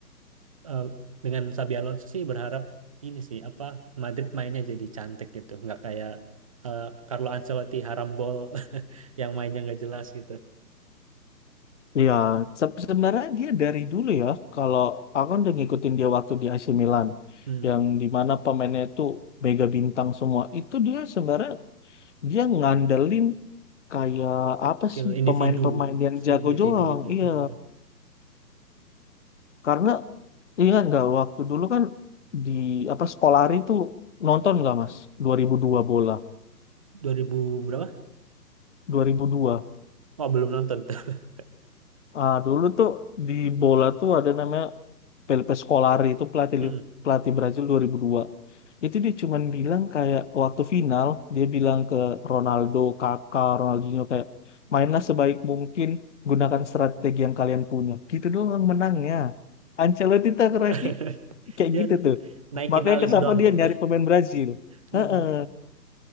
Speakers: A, on the right (about 20°); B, on the left (about 45°).
A: Eh, dengan Sabi Alonso sih berharap ini sih apa Madrid mainnya jadi cantik gitu, nggak kayak eh, Carlo Ancelotti harambol <laughs> yang mainnya nggak jelas gitu.
B: Iya, se- sebenarnya dia dari dulu ya, kalau aku kan udah ngikutin dia waktu di AC Milan,
A: Hmm,
B: yang dimana pemainnya itu mega bintang semua, itu dia sebenarnya dia ngandelin kayak apa
A: skill
B: sih
A: individu,
B: pemain-pemain yang
A: skill
B: jago
A: individu
B: doang,
A: gitu.
B: iya.
A: Hmm.
B: Karena ingat nggak waktu dulu kan di apa Skolari itu nonton nggak Mas? dua ribu dua bola,
A: 2000 berapa?
B: dua ribu dua
A: Oh, belum nonton. tuh. <laughs>
B: Ah, dulu tuh di bola tuh ada namanya Felipe Scolari itu pelatih
A: Hmm.
B: pelatih Brazil 2002 itu dia cuman bilang kayak waktu final dia bilang ke Ronaldo, Kakak, Ronaldinho kayak mainlah sebaik mungkin gunakan strategi yang kalian punya gitu doang menangnya Ancelotti tak
A: <laughs>
B: keraki kayak
A: Dia
B: gitu tuh
A: naikin
B: makanya
A: alis
B: kenapa
A: doang
B: dia
A: ya.
B: nyari pemain Brazil
A: Hmm.
B: Heeh.